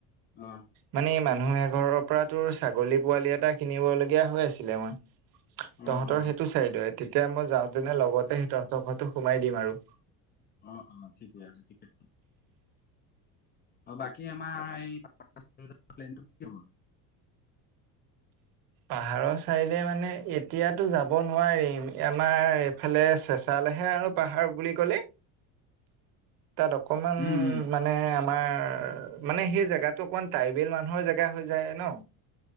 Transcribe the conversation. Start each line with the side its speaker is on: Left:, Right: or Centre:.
Left: অ-
Right: মানে মানুহ এঘৰৰ পৰা তোৰ ছাগলী পোৱালি এটা কিনিবলগীয়া হৈ আছিলে মই-
Left: অ
Right: তহঁতৰ
Left: অ
Right: সেইটো চাইদয়ে তেতিয়া মই যাওঁতেনে লগতে সেই তহঁতৰ ঘৰতো সোমাই দিম আৰু-
Left: অ অ ঠিকে আছে ঠিকে- অ বাকী আমাৰ <unintelligible> কি হল।
Right: পাহাৰৰ চাৰিলে মানে এতিয়াতো যাব নোৱাৰিম এ আমাৰ- এইফালে চেঁচালেহে আৰু পাহাৰ বুলি ক'লে-
Left: <inaudible>
Right: তাত অকমান
Left: উম উম
Right: মানে তোমাৰ মানে সেই জেগাতো অকমান ট্ৰাইবেল মানুহৰ জেগা হৈ যায় ন।